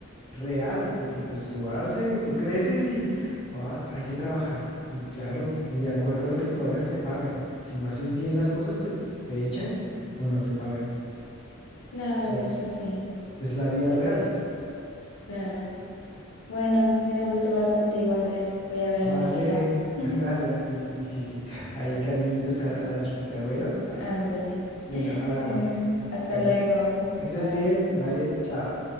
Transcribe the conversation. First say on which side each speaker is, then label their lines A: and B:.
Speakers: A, on the left; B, on the left.
A: real, porque pues tú haces, tú creces y ah, hay que trabajar. Y claro, y de acuerdo a lo que tú hagas te pagan. Si no haces bien las cosas, pues te echan o no te pagan.
B: claro,
A: O sea,
B: eso sí,
A: Es la vida real.
B: claro. Bueno, me dio gusto hablar contigo, Andrés. Voy a ver
A: Vale,
B: a mi hija. <laughs>
A: <laughs> dale, Andy, sí, sí, sí. Ahí cariñitos a, la a la chiquita. Bueno, ah,
B: Ándale.
A: bueno, hablamos.
B: Bueno, hasta
A: Bueno,
B: luego.
A: que estés
B: Bye.
A: bien, vale, chao.